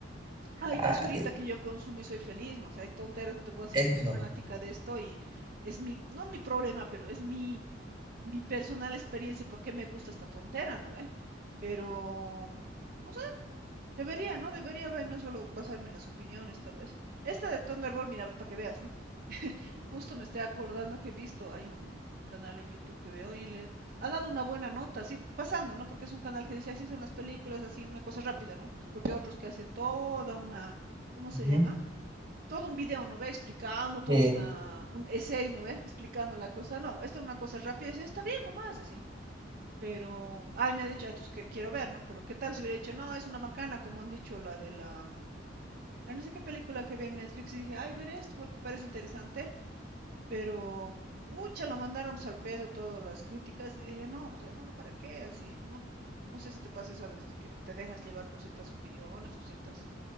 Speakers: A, on the right (about 50°); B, on the right (about 25°).
A: Hay basurita
B: Ah, e-
A: que yo consumo y soy feliz, ¿no? O sea, hay tonteras que te puedo decir,
B: eso.
A: yo soy fanática de esto y es mi, no mi problema, pero es mi, mi personal experiencia, porque me gusta esta tontera, ¿no? ¿Eh? Pero, no Debería, ¿no? Debería haber, no solo basarme en las opiniones, tal vez. Esta de Thunderbolt, mira, para que veas, ¿no? <laughs> Justo me estoy acordando que he visto, hay un canal en YouTube que veo y le ha dado una buena nota, así pasando, ¿no? Porque es un canal que dice así son las películas, así una cosa rápida, ¿no? Porque hay otros que hacen toda una, ¿cómo se
B: Ujú.
A: llama? Todo un video, ¿no ve? Explicando, todo
B: Eh,
A: una, un essay, ¿no ve? Explicando la cosa. No, esta es una cosa rápida, y dice, está bien nomás, así. Pero, ay, me ha dicho, ah, entonces que quiero ver, ¿no? Pero qué tal si hubiera dicho, no, es una macana, como han dicho la de la... Ay, no sé qué película que vi en Netflix y dije, ay, veré esto porque parece interesante, pero, ucha, lo mandaron pues, al pedo todas las críticas y dije, no, o sea, no, ¿para qué? Así, no, no sé si te pasa eso a veces, que te dejas llevar por ciertas opiniones o ciertas